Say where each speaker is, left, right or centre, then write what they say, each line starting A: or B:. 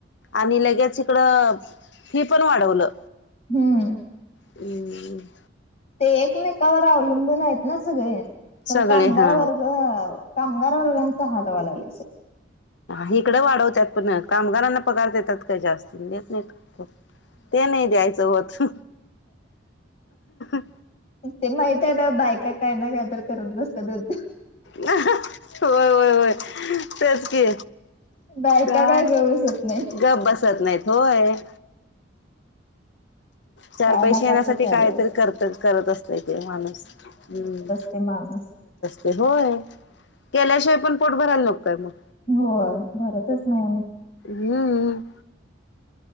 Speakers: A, on the left; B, on the left.
A: आणि लगेच इकडं फी पण वाढवलं.
B: हं...
A: ह....
B: ते एकमेकांवर अवलंबून आहेत ना, सगळे
A: सगळे
B: खरं कामगार
A: हा
B: वर्ग कामगार वर्गाचं हाल व्हा लागलयं सगळं.
A: हिकडं वाढवत्यात, पण कामगारांना पगार देतात काय जास्त. कोण देत नाही कोण ते नाही द्यायचं होत. <unintelligible>
B: ते माहित आहे ना, बायका काय ना काय तर करत बसत्यात उद्योग.
A: व्हय, व्हय, व्हय तेच की.
B: बायका
A: काय
B: गवस होत नाही.
A: गप बसत नाहीत होय. <inaudible> चार
B: काय
A: पैसे
B: ना काय
A: येण्यासाठी
B: तर चालू
A: कायतरी
B: असत
A: करत करत असतयं ते माणूस हं...
B: ते माणूस.
A: ते होय केल्याशिवाय पण पोट भरायला नको काय मग.
B: होय भरतच नाही आणि
A: हं...